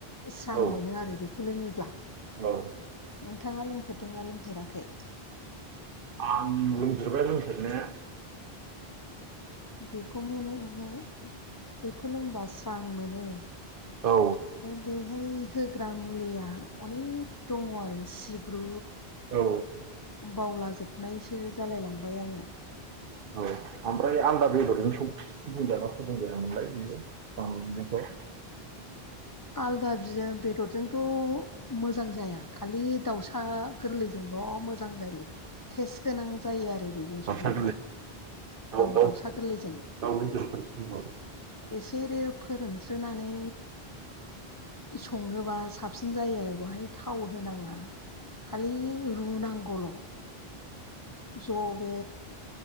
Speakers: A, on the left; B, on the right.
A: स्रां
B: औ
A: मोनो आरो बेखौ लोङोब्ला।
B: औ
A: नोंथाङा लोंफेरदोंना लोंफेराखै? खै?
B: आं लोंफेरबाय लोंफेरनाया।
A: बेखौ मोनो नोङो बेखौ लोंबा स्रां मोनो।
B: औ।
A: बैहाय होग्रा मुलैया अनेग दङ आरो सिब्रु
B: औ।
A: बावलाजोबनायसो जालायलांबाय आङो।
B: औ ओमफ्राय आलदा बेदरजों सं फुदुं जाना फुदुं जाया मोनलाय बियो बांलु बिदैखौ?
A: आलदा बि बेदरजोंथ' मोजां जाया खालि दाउसा गोरलैजोंल' मोजां जायो टेस्ट गोनां जायो आरो बि
B: दाउसा
A: जों सङोब्ला।
B: गोरलै
A: औ
B: दाउ दाउ
A: दाउसा गोरलैजों।
B: <unintelligible>
A: सेरे फोरोंस्रोना नै सङोबा साबसिन जायो आरो बहाय थाव होनाङा खालि रुनांगौल'। ज' बे